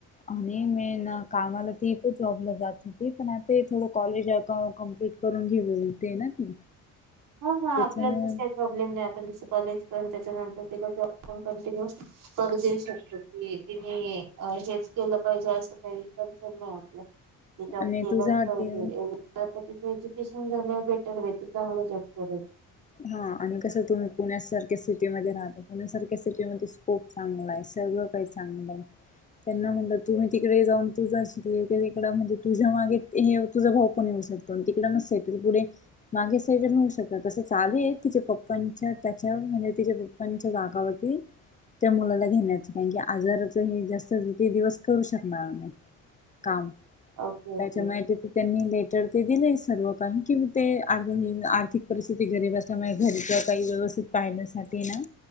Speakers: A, on the left; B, on the right.
A: आणि मेन कामाला ती पण जॉबला जात होती पण आता हे थोडं कॉलेज कमप्लीट करून घेऊते ना ती
B: हा हा
A: त्याच्यामुळे
B: आपल्याला तस काही प्रॉब्लेम नाही आपण तसं कॉलेज करू त्याच्यानं तर तीला जॉब कंटिन्यू कर देऊ शकतो की तिणे आ हेच केलं पाहिजे तस काही कनसन नाही आपलं. जॉब
A: आणि
B: केलाच
A: तुझा
B: पाहिजे
A: ते
B: एकदा का तीच एज्युकेशन झालं भेटल भेट चांगलं जॉब पुरेत.
A: हा आणि कसं तुम्ही पुण्यासारख्या सिटीमध्ये राहता, पुण्यासारख्या सिटी मध्ये स्कोप चांगला आहे. सगळं काही चांगलंय. त्यांना म्हटलं तुम्ही तिकडे जाऊन तुझा शले त म्हणजे तुझ्या मागे हे तुझा भाऊ पण येऊ शकतो अन तिकडे म सेटल पुढे मागे सगळीकडन होऊ शकत तसेच चालू आहे तिच्या पप्पांच्या त्याच्या म्हणजे तिच्या पप्पांच्या जागावरती. त्या मुलाला घेण्याच कारण की आजाराच हे जास्त ते दिवस करू शकणार नाही. काम
B: ओके ओके
A: त्याच्या माहिती त्यांनी लेट टर ते दिले सर्व लोकांनी कि ते <unintelligible> आर्थिक परिस्थिती गरीब असल्यामुळे घरीच्या काही व्यवस्थित पाहण्यासाठी ना.